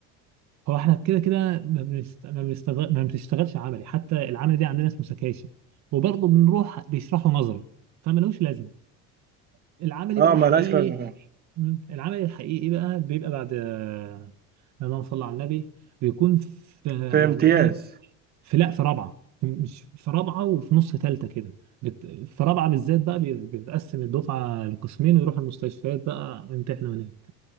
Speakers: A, on the right; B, on the right.
A: هو احنا كده كده ما بنست... ما بنستغل... ما بنشتغلش عملي حتى العمل دي عندنا اسمه سكاشن وبرضه بنروح بيشرحوا نظري فملوش لازمه العملي
B: اه
A: بقى الحقيقي
B: ملهاش لازمه
A: مم. العملي الحقيقي بقى بيبقى بعد آه، اللهم صل على النبي بيكون في
B: في
A: يعني
B: امتياز
A: ايه في لا في رابعه في- مش في رابعه وفي نص ثالثه كده بت- في رابعه بالذات بقى بي- بيتقسم الدفعه لقسمين ويروحوا المستشفيات بقى يمتحنوا هناك